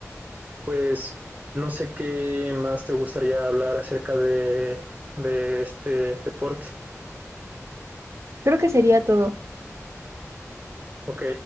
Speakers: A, on the right; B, on the right.
A: Pues no sé qué más te gustaría hablar acerca de, de este deporte.
B: Creo que sería todo.
A: Ok,